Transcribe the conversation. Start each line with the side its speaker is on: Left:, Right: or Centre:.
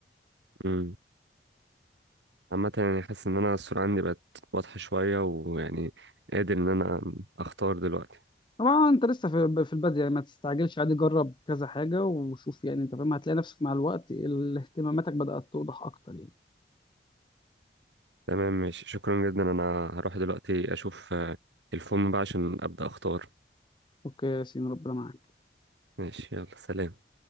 Right: امم عامه يعني حاسس ان انا الصوره عندي بقت واضحه شويه ويعني قادر ان انا اختار دلوقتي
Left: طبعا أنت لسه في في البداية يعني ما تستعجلش عادي جرب كذا حاجة وشوف يعني أنت فاهم هتلاقي نفسك مع الوقت ال- اهتماماتك بدأت توضح أكتر يعني
Right: تمام ماشي شكرا جدا انا هروح دلوقتي اشوف آه، الفورم بقى عشان ابدا اختار
Left: أوكي يا ياسين ربنا معاك
Right: ماشي يلا سلام